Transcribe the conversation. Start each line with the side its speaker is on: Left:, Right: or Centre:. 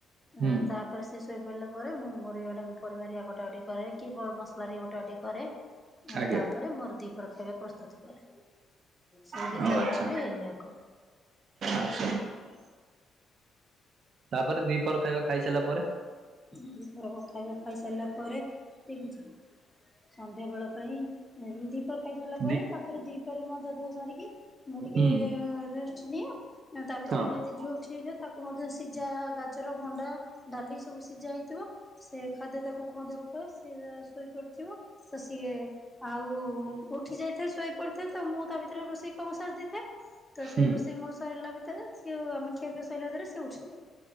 Centre: ଅ
Right: ହୁଁ
Centre: ତା ପରେ ସେ ଶୋଇ ପଡିଲା ପରେ ମୁଁ ମୋର ଇଆଡେ ପରିବା ହେରିକା କ ଟା କଟି କରେ କି ବ ମସଲା ହେରିକା ବଟା ବଟି କରେ ଅ
Right: ଆଜ୍ଞା।
Centre: ତାପରେ ମୋର ଦିପର ଖାଇବା ପ ସ୍ତୁତ କରେ ସେଇ
Right: ଓ
Centre: ଭିତର
Right: ଆଚ୍ଛା।
Centre: ଟାଇମରେ ଏଇଆ କରେ।
Right: ଆଚ୍ଛା ତାପରେ ଦିପହର ଖାଇବା ଖାଇସାରିଲା ପରେ?
Centre: ଦିପହର କ ଖାଇବା ଖାଇ ସାରିଲା ପରେ, ଠିକ୍ ଅଛି। ସନ୍ଧ୍ୟା ବେଳ ପାଇଁ ଏ ଦିପହର ଖାଇ ସାରିଲା ପରେ
Right: ଦି
Centre: ତାପରେ ଦିପହରେ ମଜା ଧୁଆ ସାରିକି ମୁଁ ଟିକେ-ଏ-ଏ-ଏ
Right: ହୁଁ
Centre: ରେଷ୍ଟ ନିଏ। ତା ଭିତରେ
Right: ହଁ।
Centre: ବି ଯଦି ଝିଅ ଉଠି ଯାଇଥିବ ତାକୁ ମଧ୍ୟ ସିଝା, ଗାଜର, ଭଣ୍ଡା, ଡାଲି ସବୁ ସିଝା ହେଇଥିବ ସେ ଖାଦ୍ୟ ତାକୁ କୁ ମଧ୍ୟ ଖୁଆଏ ସିଏ ଶୋଇପଡିଥିବ ତ ସିଏ ଆ-ଉ-ଉ-ଉ ଉଠି ଯାଇଥାଏ ଶୋଇ ପଡିଥାଏ ତ ମୁଁ ତା ଭିତରେ ରୋଷେଇ କାମ ସାରି ଦେଇଥାଏ। ତ
Right: ହୁଁ।
Centre: ସେ ରୋଷେଇ ମୋର ସରିଲା ଭିତରେ ସେ ଆମେ ଖିଆ ପିଆ ସରିଲା ଭିତରେ ସେ ଉଠିଯାଏ।